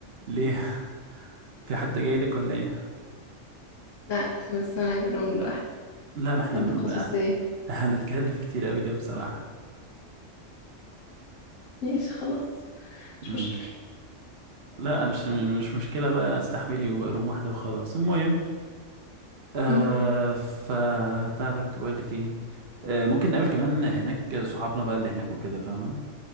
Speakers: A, on the right; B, on the left.
A: ليه <laughs> في حد جاي لك ولا ايه
B: لا بس انا عايزه روم لوحدي
A: لا ما احنا
B: بحب
A: م-
B: الخصوصيه
A: لا، هنتكلف كتير قوي كده بصراحة
B: ماشي خلاص مش
A: مم.
B: مشكله
A: لا مش مش مشكلة بقى استحملي روم واحدة وخلاص المهم آه
B: امم
A: فبتاعتك كنت بقول لك ايه آه ممكن نقابل كمان هناك صحابنا بقى اللي هناك وكده فاهمة